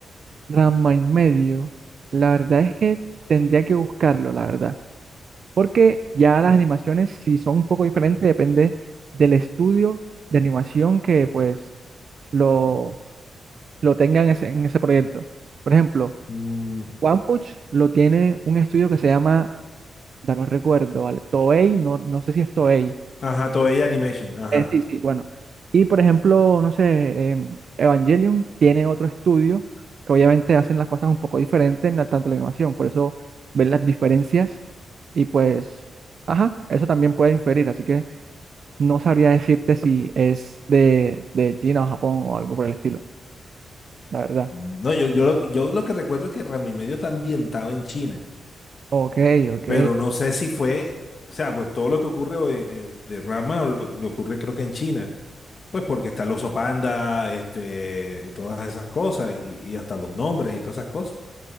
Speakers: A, on the right (about 60°); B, on the left (about 45°).
A: Ranma y medio, la verdad es que tendría que buscarlo, la verdad. Porque ya las animaciones, si son un poco diferentes, depende del estudio de animación que pues lo, lo tengan en ese, en ese proyecto. Por ejemplo,
B: Mm,
A: One Punch lo tiene un estudio que se llama, ya no recuerdo, ¿vale? Toei, no, no sé si es Toei
B: ajá, Toei Animation, ajá.
A: Eh, sí, sí, bueno. Y por ejemplo, no sé, em, Evangelion tiene otro estudio que obviamente hacen las cosas un poco diferentes en la, tanto la animación, por eso ven las diferencias y pues, ajá, eso también puede inferir, así que no sabría decirte si es de, de China o Japón o algo por el estilo, la verdad.
B: Mm, No, yo, yo, lo, yo lo que recuerdo es que Ranma y medio está ambientado en China,
A: Ok, ok.
B: pero no sé si fue, o sea, pues todo lo que ocurre hoy, eh, de Ranma o lo, lo ocurre creo que en China, pues porque está el oso panda, este, y todas esas cosas, y, y hasta los nombres y todas esas cosas.